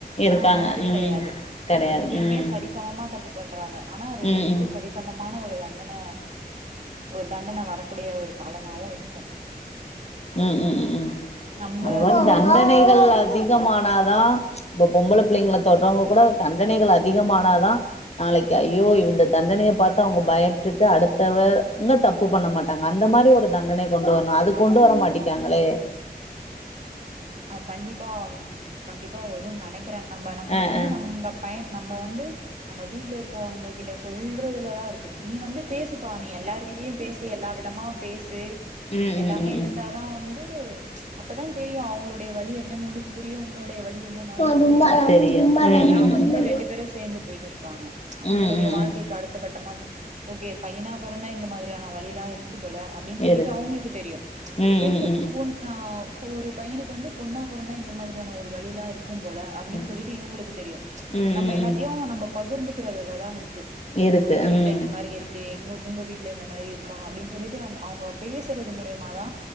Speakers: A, on the left; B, on the right.
A: இருக்காங்க
B: ஆனா அந்த மாதிரி
A: ம்
B: கிடையாது
A: கெடையாது
B: ரெண்டு பேருமே
A: ம்
B: சரிசமமா தப்பு பண்றாங்க ஆனா ரெண்டு
A: ம்
B: பேருக்கு
A: ம் ம்
B: சரிசம மான ஒரு தண்டன ஒரு தண்டன வரக்கூடிய ஒரு காலமாவு இருக்கு
A: ம் ம் ம் ம்
B: நம்ம
A: அந்த மாரி
B: வந்து
A: தண்டனைகள்
B: நம்ம
A: அதிகமானாதா இப்ப பொம்பளை பிள்ளைங்கள தொட்றவங்க கூட தண்டனைகள் அதிகமானாதா நாளைக்கு ஐயோ இந்த தண்டனை பாத்து அவங்க பயப்டுட்டு அடுத்தவ இன்னு தப்பு பண்ண மாட்டாங்க அந்த மாரி ஒரு தண்டனை கொண்டு வரணு அது கொண்டு வர டீக்காங்களே
B: அ கண்டிப்பா கண்டிப்பா வரு நினைக்கிறே நம்ம நம்ம
A: அ
B: வந்து
A: அ
B: நம்ம பயன் நம்ம வந்து நம்ம வீட்ல இருக்கவங்ககிட்ட சொல் றதுலதா இருக்கு நீ வந்து பேசுப்பா நீ எல்லார்கிட்டயு பேசு எல்லா விதமா பேசு
A: ம்
B: எல்லாமே
A: ம் ம்
B: இருந்தாதா வந் து அப்பதா தெரியு அவங்களுடைய வலி என்னன்னு உனக்கு புரியு உன்னுடைய வலி என்னன்னு
A: ம்
B: அவங்களுக்கு புரியு
A: தெரியு ம் ம்
B: அப்பதா
A: ம்
B: வந்து
A: ம்
B: ரெண்டு பேரு சேர்ந்து போயிட்டு இருப்பாங்க அவங்களுடைய
A: ம்
B: வாழ்க்கைக்கு
A: ம்
B: அடுத்த கட்டமா ஓகே பையனா பொறந்தா இந்த மாதிரியான வலிலா இருக் போல அப்டினு சொல்லிட்டு
A: இருக்கு
B: அவங்களுக்கு தெரியு
A: ம்
B: பெண்ணு
A: ம் ம் ம்
B: பொன் ஆ ஒரு பையனுக்கு வந்து பொண்ணா பொறந்தா இந்த மாதிரியான ஒரு வலிலா இருக் க்கும் போல அப்டின்
A: ம் ம்
B: சொல்லிட்டு இவங்களுக்கு தெரியு
A: ம் ம்
B: நம்ம எல்லாத்தையு நம்ம பகிர்ந்துக்கிறதுலதா இருக்கு க்கு
A: இருக்கு
B: எங்க
A: ம்
B: வீட்ல
A: ம்
B: இந்த மாரி இருக்கு எங்க உங்க வீட்ல இந்த மாரி இருக் கா அப்டின்னு சொல்லிட்டு அவங்க பேசுறது மூலியமா தா